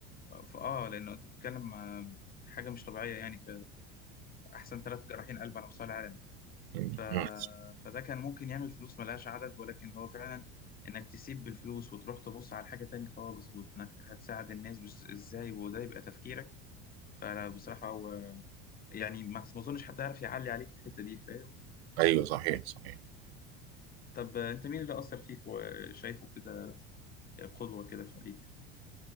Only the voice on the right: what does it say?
مم.
مم.
ايوه صحيح صحيح